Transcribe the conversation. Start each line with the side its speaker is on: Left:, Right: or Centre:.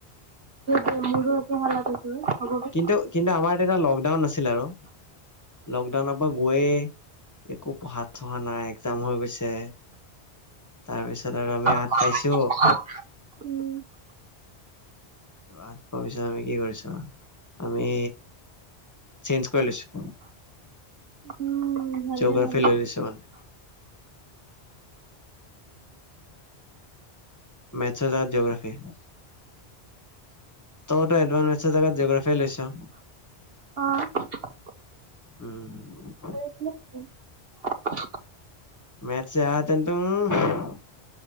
Right: <unintelligible> মোৰো একেই হালত <unintelligible> হব বে।
Left: কিন্তু কিন্তু আমাৰ তেতিয়া লকডাউন আছিলে আৰু, লকডাউনৰ পৰা গৈ একো পঢ়া চহা নাই, একজাম হৈ গৈছে। তাৰপিছত আৰু
Right: <unintelligible>
Left: আমি আঠ পাইছো আত পোৱাৰ পিছত আমি কি কৰিছ, আমি চেঞ্জ কৰি লৈছো।
Right: উম' ভালে
Left: জিঅ'গ্ৰাফি
Right: ভালে।
Left: লৈ লৈছো মানে মেথছেযা জিয়োগ্ৰাফী তইটো এডভান্স মেথৰ জেগাত জিয়োগ্ৰাফী য়ে লৈছ।
Right: অঁ।
Left: উম।
Right: <unintelligible>
Left: মেথচে আহতে তুম <unintelligible>